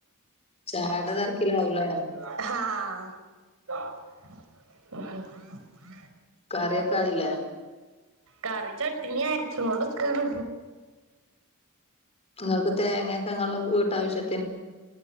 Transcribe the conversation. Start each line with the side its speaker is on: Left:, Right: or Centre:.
Left: ചായടെ തെരക്കിലാവുംലേ.
Right: ഹ്‌ഹാ ഉം ഉം.
Left: കറിയൊക്കെ ആയില്ലേ
Right: കറി ചട്ടിനി അരച്ച് കോണ്ട്ക്കാണ്.
Left: ഇങ്ങക്ക് തേങ്ങ്യൊക്കെ ഇങ്ങളെ വീട്ടാവശ്യ.